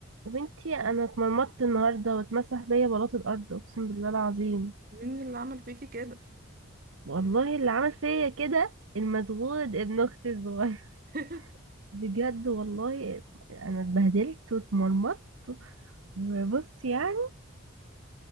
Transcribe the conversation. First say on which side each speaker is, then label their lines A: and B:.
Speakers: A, on the right; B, on the right.
A: يا بنتي انا اتمرمطت النهارده واتمسح بيا بلاط الارض اقسم بالله العظيم
B: مين اللي عمل فيكي كده
A: والله اللي عمل فيا كده المسغود ابن اختي الصغير
B: <laughs>
A: بجد والله انا اتبهدلت واتمرمطت وبص يعني